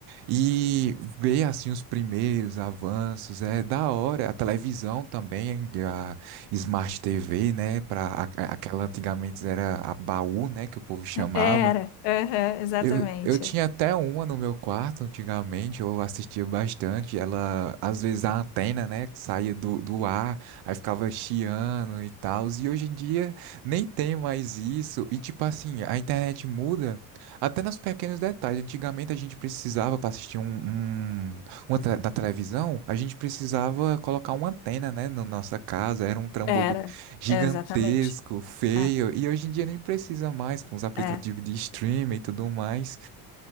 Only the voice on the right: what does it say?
E ver assim os primeiros avanços é da hora. A televisão também, a Smart TV, né? Para aquela antigamente era a baú, né? Que o povo chamava.
Eu, eu tinha até uma no meu quarto antigamente, eu assistia bastante. Ela, às vezes, a antena, né, que saía do, do ar, aí ficava chiando e tal. E hoje em dia nem tem mais isso. E, tipo assim, a internet muda até nos pequenos detalhes. Antigamente a gente precisava, para assistir um, um- uma te- da televisão, a gente precisava colocar uma antena, né, na nossa casa. Era um trambolho
gigantesco,
feio,
e hoje em dia nem precisa mais com os aplicativos
de streaming e tudo mais.